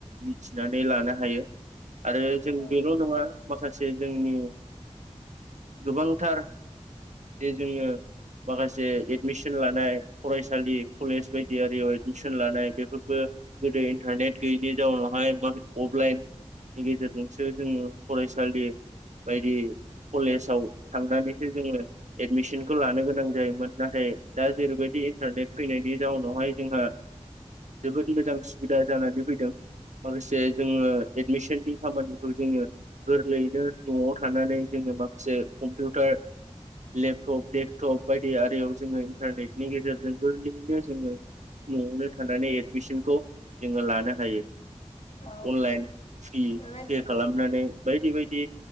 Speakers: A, on the right; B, on the left.
A: मिथिनानै लानो हायो आरो जों
B: औ
A: बेल' नङा माखासे जोंनि गोबांथार जे जोङो माखासे एडमिसन लानाय फरायसालि कलेज बायदियारियाव एडमिसन लानाय बेफोरबो गोदो इन्टारनेट गैयैनि जाउनावहाय माख अफलाइन नि गेजेरजोंसो जोङो फरायसालि बायदि कलेजाव थांनानैसो जोङो एडमिसोन खौ लानो गोनां जायोमोन नाथाय दा जेरैबायदि इन्टारनेट फैनायनि जाउनावहाय जोंहा जोबोद मोजां सुबिदा जानानै फैदों माखासे जोङो एडमिसननि खामानिखौ जोङो गोरलैयैनो न'आव थानानै जोङो माखासे कम्पिउटार लेब टप डेक्सटप बायदि आरियाव जोङो इन्टारनेटनि गेजेरजों गोरलैयैनो जोङो न'आवनो थानानै एडमिसनखौ जोङो लान नो हायो
B: औ
A: अनलाइन सिकि
B: बेबायदि
A: पे खालामनानै बायदि बायदि